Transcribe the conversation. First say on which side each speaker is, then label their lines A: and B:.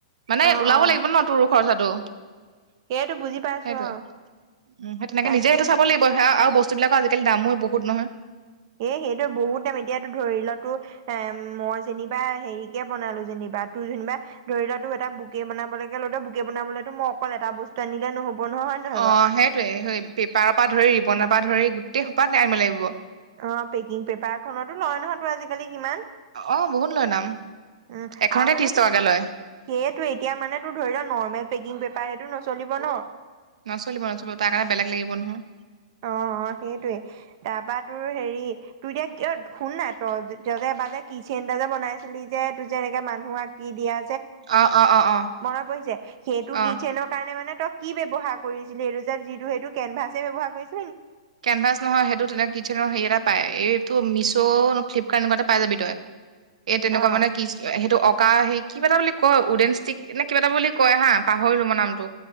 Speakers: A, on the right (about 85°); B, on the right (about 35°).
A: মানে
B: অ
A: ওলাব
B: অ
A: লাগিব ন তোৰ খৰচাটো।
B: সেইটো বুজি পাইছো
A: সেইটোৱে
B: অ
A: উম, সেই তেনেকে
B: তাকে
A: নিজে সেইটো চাব লাগিব সয়া আৰু বস্তু বস্তুবাক আজিকালি দামো বহুত নহয়।
B: এ সেইটোে বহুত দাম এতিয়াতো ধৰি ল তোৰ এ মই যেনিবা হেৰিকে বনালো যেনি বা তোৰ যেনিবা ধৰি লোৱা ত এটা বকে বনাবলৈকে লৈলে বুকে বনাবলৈতো মই অকল এটা বস্তু আনিলে নহ'ব নহয় হয় নহয়
A: অ
B: বাৰু
A: সেইটয়ে পেপাৰৰ পৰা ধৰি ৰিবনৰ পৰা ধৰি গোটেই সোপাত আনিব লাগিব
B: অ, পেকিং পেপাৰ খতো লয় নহয় তো আজিকালি কিমান?
A: অ বহুত লয় দাম
B: উম
A: এখনতে
B: আৰু মানে
A: ত্ৰিশ
B: তো
A: টকাকে
B: সেইয়েতোৱে
A: লয়
B: এতিয়া মানে তোৰ ধৰি ল নৰ্মেল পেকি বেপাৰ সটো নচলিব ন।
A: নচলিব - নচলিব তাৰ কাৰণে বেলেগ লাগিব নহয়।
B: অ - অ সেইটয়ে তাৰপা তোৰ হেৰি তোৰ এতিয়া কিয় শুন নাই ত বাবে যে কিচেইন এটা যে বনাইছিলি যে তোৰ যে এনেকে মানুহ আঁকি দিয়া
A: অ অ অ অ
B: মনত পৰিছে সেইটো
A: অ
B: কি চনৰ কাৰণে মানে। কি ব্যৱহাৰ কৰিছিলে এইটো যে যিটো সেইটো কেনভাছে ব্যবহাৰ কৰিছিল।
A: কেনভাছ নহয় সেইটো তেনেক কিচেনৰ সেৰি এটা পাই এইটো মিছ' ন ফ্লিপকাৰ্ট এনেকুৱা এটাত পাই যাবি তই এই তেনেকুৱা
B: অ
A: মানে কি চ সেইটো মানে কা সেই কিবা এটা বুলি কয় উডেন ষ্টিক নে কিবা এটা বুলি কয় হা পাহৰিলো মই নামটো